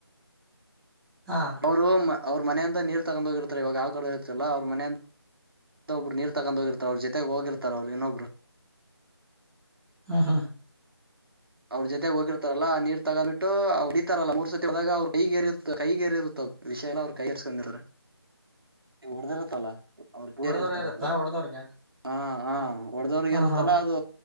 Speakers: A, in the centre; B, on the right (about 60°).
A: ಹಾ
B: ಅವರು ಮ ಅವ್ರ ಮನೆಯಿಂದ ನೀರು ತಗೊಂಡ ಹೋಗಿರ್ತಾರೆ ಇವಾಗ ಯಾವ ಕಡೆ ಇರುತ್ತಲ್ಲ ಅವ್ರ ಮನೆಯ ಇತ್ತೊಬ್ರು ನೀರು ತಗೊಂಡ್ ಹೋಗಿರ್ತಾರ ಅವ್ರ ಜೊತೆಗೆ ಹೋಗಿರ್ತಾರ ಅವ್ರು ಇನ್ನೊಬ್ರು.
A: ಹಾ ಹಾ.
B: ಅವ್ರ ಜೊತೆ ಹೋಗಿರ್ತಾರಲ್ಲ ಆ ನೀರ್ ತಗ್ಬಿಟ್ಟು ಹ ಹೊಡತಾರಲ್ಲ ಮೂರ್ ಸರ್ತಿ ಹೋದಾಗ ಅವ್ರರು ಕೈಗೆೇರಿ ಇತ್ತ ಕೈಗೇರಿ ಇರುತ್ತ. ವಿಷಯ ಎಲ್ಲ ಅವ್ರ ಕೈ ಹರ್ಕೊಂಡಿರ
A: <inaudible>
B: ಹೊಡ್ದಿರತ್ತಲ್ಲ ಅವ್ರ ಪೂಜರ್
A: ಹೊಡ್ದವ್ರ
B: ಇರ್ತಾರ
A: ಇರತ್ತಾ
B: ಅವರು
A: ಹೊಡ್ದವ್ರಗೆ
B: ಹಾ. ಹಾ ಹೊಡದವ್ರಗೆ
A: ಹಾ
B: ಏರುತ್ತಲ್ಲಾ
A: ಹಾ
B: ಅದು